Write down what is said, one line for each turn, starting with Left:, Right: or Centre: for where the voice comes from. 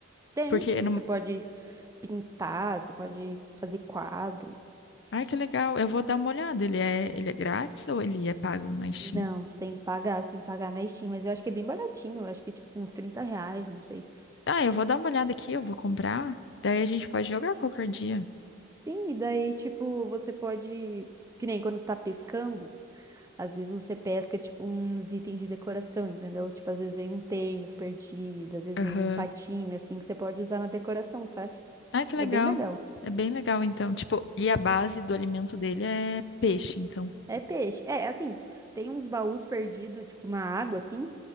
Right: Tem,
Left: Porque
Right: tipo,
Left: no
Right: você pode pintar, você pode fazer quadro.
Left: Ai, que legal. Eu vou dar uma olhada. Ele é, ele é grátis ou ele é pago na Steam?
Right: Não, você tem que pagar, você tem que pagar na Steam, mas eu acho que é bem baratinho, eu acho que é tipo uns trinta reais, não sei.
Left: Ah, eu vou dar uma olhada aqui, eu vou comprar. Daí a gente pode jogar qualquer dia.
Right: Sim, e daí, tipo, você pode. Que nem quando você tá pescando, às vezes você pesca, tipo, uns itens de decoração, entendeu? Tipo, às vezes vem um tênis perdido, às vezes
Left: Aham.
Right: vem um patinho, assim, que você pode usar na decoração, sabe?
Left: Ai, que legal.
Right: É bem legal.
Left: É bem legal, então. Tipo, e a base do alimento dele é peixe, então.
Right: É peixe. É, assim, tem uns baús perdidos, tipo, na água, assim,